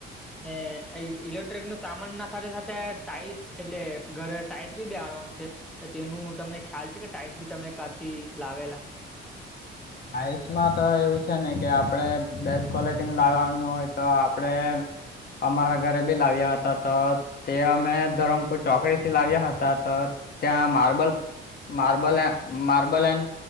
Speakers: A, in the centre; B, on the left.
A: એ ઇલ ઇલેક્ટ્રિક નુ સામાન ના સાથે સાથે ટાઈલ્સ એટલે ઘરે ટાઈલ્સ બી બેહારવાનું છે. તેનું તમને ખ્યાલ છે કે ટાઈલ્સ બી તમે કાથી લાવેલા.
B: આઈએસમાં તો એવું છે ને કે આપડે બેસ્ટ કોલેટીની લાવવાનું હોય તો આપડે અમારા ઘરે બી લાવ્યા હતા તો કે અમે ધરમપુર ચોકડીથી લાવ્યા હતા તો ત્યાં માર્બલ માર્બલ એ માર્બલ એન